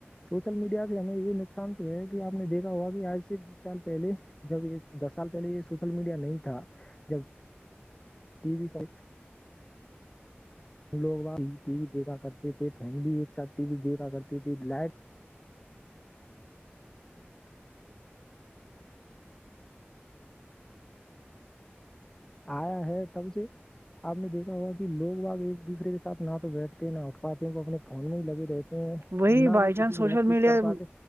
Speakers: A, on the left; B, on the right.
A: سوشل میڈیا سے ہمیں یہ ن نقصان تو ہے کہ آپ نے دیک ہوا کہ آج سے بیس سال پہلے جب یہ دس سال پہلے یہ سوشل میڈیا نہیں تھا جب ٹی و سب ہم لوگاں ٹی وی دیکھا کرتے تھے فیملی ایک ساتھ ٹی وی دیکھا کرتے تے لائٹ آیا ہے تب سے آپ نے دیکھا ہوا کہ لوگ آگ ایک دوسر کے سھ نہ تو بیٹھتے ہیں نہ اٹھاتے ہیں وہ اپنے فون میں ہی لگے رہتے ہیں
B: وہی
A: اور نہ
B: بائی
A: وہ
B: چانس
A: کسی سے
B: سوشل
A: بات چیت
B: میڈیا
A: کر پاتے